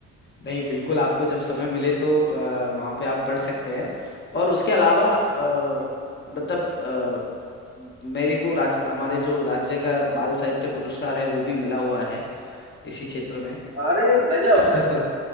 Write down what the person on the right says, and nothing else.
अरे गजब
<laughs>